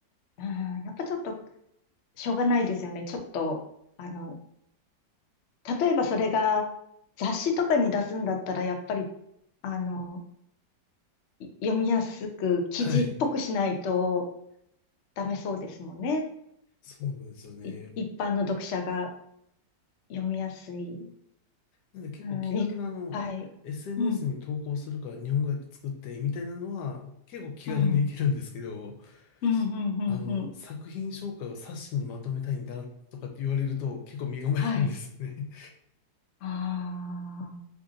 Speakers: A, on the left; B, on the left.
A: うーん、やっぱちょっと、しょうがないですよね。ちょっと、あの、例えばそれが雑誌とかに出すんだったら、やっぱり、あの、読みやすく記事っぽくしないと
B: はい。
A: ダメそうですもんね。
B: そうなんですよね。
A: い一般の読者が読みやすい。
B: なんで結構気軽なあの、
A: うん、に、はい。
B: SNS
A: うん、
B: に投稿するから日本語訳作ってみたいなのは結構気軽にいけるんですけど、
A: うん、うん、うん、うん。
B: あの、
A: うん
B: 作品紹介を冊子にまとめたいんだとかって言われると結構身構えるんですよね。
A: はい。あ